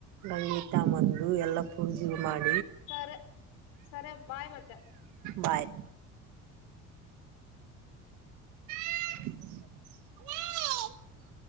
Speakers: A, on the right; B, on the left.
A: <unintelligible> ಬಂದು ಎಲ್ಲಾ ಪೂಜೆ ಮಾಡಿ
B: ಸರಿ ಸರಿ ಬಾಯ್ ಮತ್ತೆ
A: ಬಾಯಿ ಹೇ